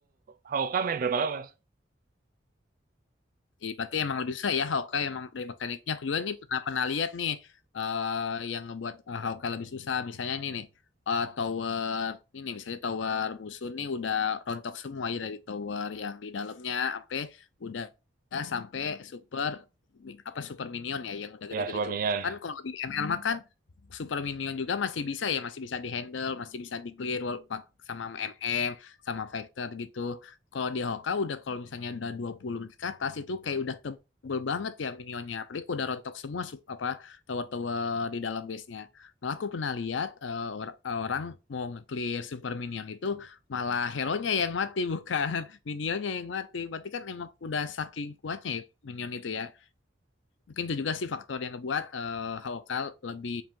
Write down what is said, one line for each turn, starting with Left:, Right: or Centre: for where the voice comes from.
Right: HOK main berapa lama mas
Left: Iya, berarti emang lebih susah ya Hawkeye emang dari mekaniknya. Aku juga nih pernah pernah lihat nih eh, yang ngebuat eh, Hawkeye lebih susah. Misalnya nih nih eh, tower ini nih, misalnya tower musuh nih udah rontok semua ya dari tower yang di dalamnya sampai udah sampai super mi- apa super minion ya yang udah
Right: ya
Left: gede-gede
Right: suamian
Left: tuh. Kan kalau di ML mah kan super minion juga masih bisa ya masih bisa dihandle, masih bisa di clear wall- pak- sama MM sama Factor gitu. kalau di Hoka udah kalau misalnya udah 20 menit ke atas itu kayak udah tebel banget ya minionnya. Apalagi udah rontok semua sup, apa tower-tower di dalam base-nya. Malah aku pernah lihat eh, or- eh, orang mau nge-clear super minion itu malah hero-nya yang mati bukan <laughs> minionnya yang mati. Berarti kan emang udah saking kuatnya ya minion itu ya mungkin itu juga sih faktor yang ngebuat eh Hawkal lebih